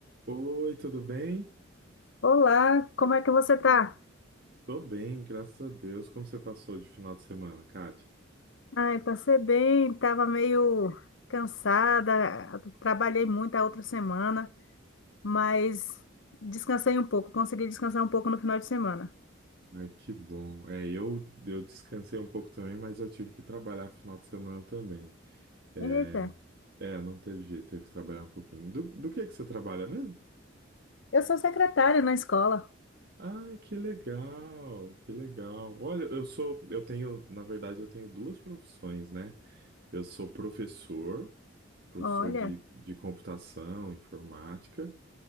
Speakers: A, on the right; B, on the left.
A: Oi, tudo bem?
B: Olá, como é que você tá?
A: Tô bem, graças a Deus. Como você passou de final de semana, Kátia?
B: Ai, passei bem, tava meio cansada, trabalhei muito a outra semana, mas descansei um pouco, consegui descansar um pouco no final de semana.
A: Ai, que bom. É, eu, eu descansei um pouco também, mas eu tive que trabalhar final de semana também. É,
B: Eita,
A: é, não teve jeito, teve que trabalhar um pouquinho. Do, do que que você trabalha mesmo?
B: eu sou secretária na escola.
A: Ai, que legal, que legal. Olha, eu sou, eu tenho, na verdade, eu tenho duas profissões, né? Eu sou professor, professor
B: Olha,
A: de, de computação, informática.